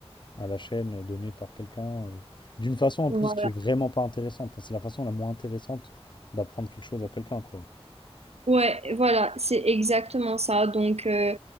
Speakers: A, on the left; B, on the right.
A: à la chaîne euh, données par quelqu'un, euh, d'une façon en
B: voilà.
A: plus qui est vraiment pas intéressante. Enfin, c'est la façon la moins intéressante d'apprendre quelque chose à quelqu'un, quoi.
B: Ouais, voilà, c'est exactement ça. Donc, euh,